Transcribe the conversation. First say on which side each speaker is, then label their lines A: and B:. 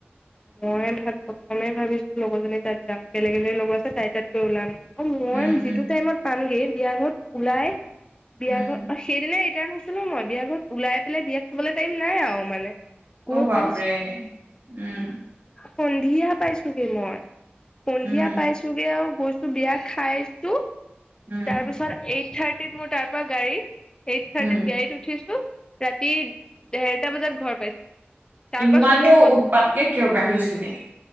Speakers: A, on the left; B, on the right.
A: -মই ভাবিছোঁ প্ৰথমে ভাবিছো লগৰজনী তাত যাম বেলেগ এজনী লগৰ আছে তাইৰ তাত গৈ ওলামগে। অ, মই
B: উম
A: যিটো
B: উম
A: টাইমত পামগে, বিযাঘৰত, ওলাই, বিয়াঘৰ
B: উম
A: অ ', সেদিনাই, কেন হৈছিলোঁ মই বিয়া ঘৰত উলাই পেলাই বিয়া খাবলৈ টাইম নাই আৰু মানে। গৈ
B: অ', বাপৰে
A: পাইছো
B: উম,
A: সন্ধিয়া পাইছোগে মই। সন্ধিয়া
B: উম
A: পাইছোগে আৰু, কৈছো বিয়া খাইছো।
B: উম,
A: তাৰ পিছত এইট -থাৰ্টিত মোৰ তাৰ পৰা গাড়ী, - এইট -থাৰ্টিত
B: উম
A: গাড়ীত উঠিছো। ৰাতি ডেৰটা বজাত ঘৰ পাইছোহি। তাৰ
B: ইমানো
A: পৰা চমু হ'ল
B: উৎপাতকে কিয় বাঢ়িছিলি?